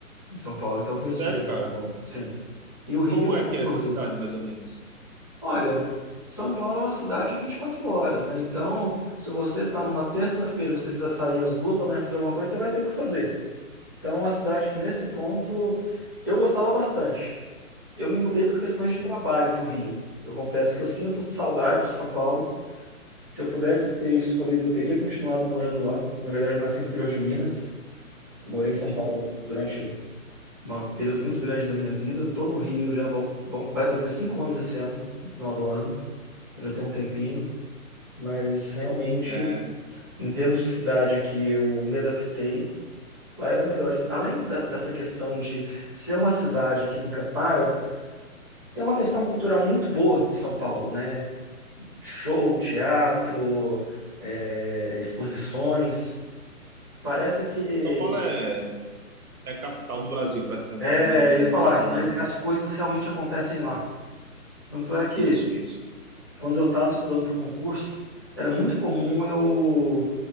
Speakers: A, on the left; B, on the right.
A: Em São Paulo, então conheço
B: Sério,
A: bem
B: cara?
A: São Paulo, sim. E o Rio,
B: Como é que é
A: o
B: essa
A: Rio.
B: cidade, mais ou menos?
A: Olha, São Paulo é uma cidade de 24 horas, né? Então, se você está numa terça-feira e você quiser sair às duas da manhã fazer alguma coisa, você vai ter o que fazer. Então, é uma cidade que, nesse ponto, eu gostava bastante. Eu me mudei por questões
B: Sim,
A: de trabalho para o Rio. Eu confesso que eu sinto saudade de São Paulo. Se eu pudesse ter escolhido, eu teria continuado morando lá. Na verdade, eu nasci no interior de Minas. Morei em São
B: sim,
A: Paulo durante um período muito grande da minha vida. Tô no Rio já vão- vão- vai fazer cinco anos esse ano, no final do ano. Já tem um tempinho. Mas realmente,
B: é,
A: em termos de cidade que eu me adaptei, lá era melhor. Além da- dessa questão de ser uma cidade que nunca para, tem uma questão
B: sim.
A: cultural muito boa em São Paulo, né? Show, teatro, é, exposições. Parece que.
B: São Paulo é, é a capital do Brasil, praticamente,
A: É,
B: né? Assim,
A: eu ia falar
B: falando
A: que parece que as coisas realmente acontecem lá. Tanto é que
B: isso, isso.
A: Quando eu estava estudando para o concurso, era muito comum eu